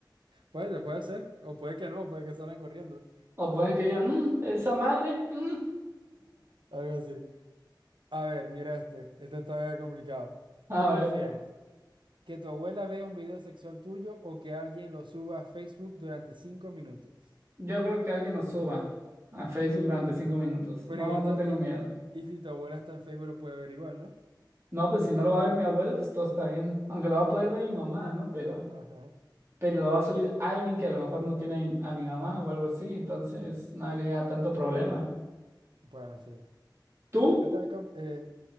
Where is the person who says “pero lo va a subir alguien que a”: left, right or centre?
Right